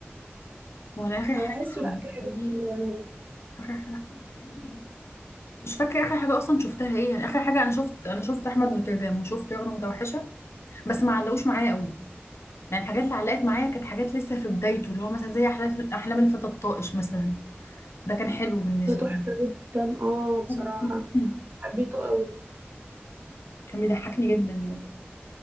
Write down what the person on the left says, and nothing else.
هو أنا اخر
حاجه حبيتها
ليه
اخر حاجه حبيتها ليه مش فاكره اخر حاجه اصلا شفتها ايه يعني اخر حاجه انا شفت انا شفت احمد نوتردام وشفت رغده متوحشه بس ما علقوش معايا قوي يعني الحاجات اللي علقت معايا كانت حاجات لسه في بدايته اللي هو مثلا زي احلام احلام الفتى الطائش مثلا ده كان حلو بالنسبه
لي
<clears throat>
كان بيضحكني جدا